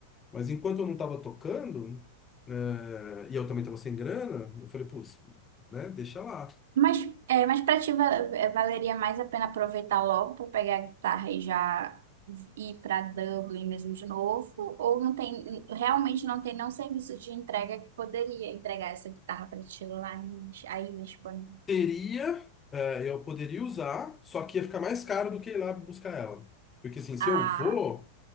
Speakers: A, on the left; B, on the right.
A: Mas enquanto eu não estava tocando, é, e eu também estava sem grana, eu falei, putz, né? Deixa lá.
B: Mas, é, mas pra ti va- é, valeria mais a pena aproveitar logo pra pegar a guitarra e já ir pra Dublin mesmo de novo? Ou não tem, realmente não tem nenhum serviço de entrega que poderia entregar essa guitarra pra ti lá em- aí na Espanha?
A: Teria, é, eu poderia usar, só que ia ficar mais caro do que ir lá buscar ela. Porque assim, se
B: Ah,
A: eu vou,